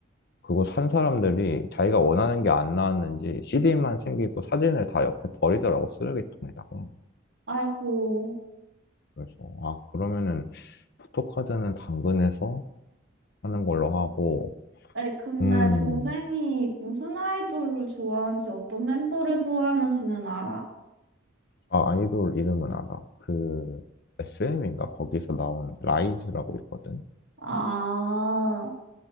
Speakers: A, on the left; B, on the right.
A: 그거 산 사람들이 자기가 원하는 게 안 나왔는지 CD만 챙기고 사진을 다 옆에 버리더라고, 쓰레기통에다가.
B: 아이고.
A: 그래서, 아, 그러면은 포토카드는 당근에서 하는 걸로 하고,
B: 아니, 근데
A: 음,
B: 동생이 무슨 아이돌을 좋아하는지 어떤 멤버를 좋아하는지는 알아?
A: 아, 아이돌 이름은 알아. 그, SM인가? 거기서 나온 라이즈라고 있거든?
B: 아.